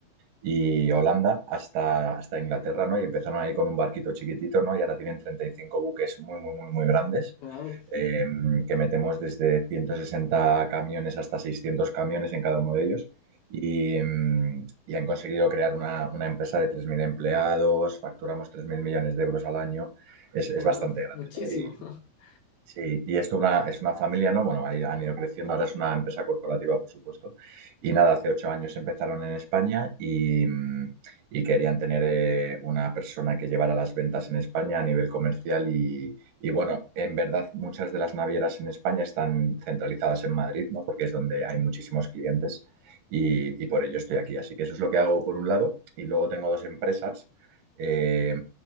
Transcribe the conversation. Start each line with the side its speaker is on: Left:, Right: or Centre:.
Right: y Holanda hasta, hasta Inglaterra, ¿no? Y empezaron ahí con un barquito chiquitito, ¿no? Y ahora tienen 35 buques muy, muy, muy, muy grandes,
Left: Wow,
Right: eh, que metemos desde 160 camiones hasta 600 camiones en cada uno de ellos. Y, mm, y han conseguido crear una, una empresa de 3.000 empleados, facturamos 3.000 millones de euros al año, es,
Left: wow,
Right: es bastante grande,
Left: muchísimo.
Right: ¿no? Y,
Left: <laughs>
Right: Sí, y esto una- es una familia, ¿no? Bueno, ahí han ido creciendo, ahora es una empresa corporativa, por supuesto. Y nada, hace ocho años empezaron en España y, mm, y querían tener eh, una persona que llevara las ventas en España a nivel comercial y, y, bueno, en verdad muchas de las navieras en España están centralizadas en Madrid, ¿no? Porque es donde hay muchísimos clientes y, y por ello estoy aquí. Así que eso es lo que hago por un lado y luego tengo dos empresas eh,